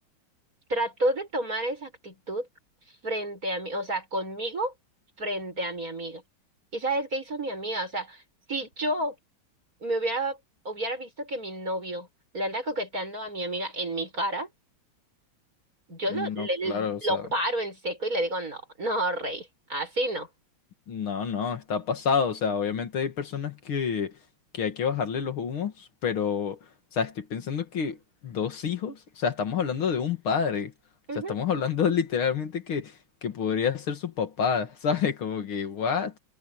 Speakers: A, on the right; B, on the left.
A: trató de tomar esa actitud frente a mí, o sea, conmigo frente a mi amiga. ¿Y sabes qué hizo mi amiga? O sea, si yo me hubiera, hubiera visto que mi novio le anda coqueteando a mi amiga en mi cara, yo
B: No,
A: lo, le-
B: claro, o
A: lo
B: sea.
A: paro en seco y le digo, no, no, rey, así no.
B: No, no, está pasado. O sea, obviamente hay personas que, que hay que bajarle los humos, pero, o sea, estoy pensando que dos hijos, o sea, estamos hablando de un padre.
A: Ujú.
B: O sea, estamos hablando <laughs> literalmente que, que podría ser su papá, <laughs> ¿sabes? Como que, what?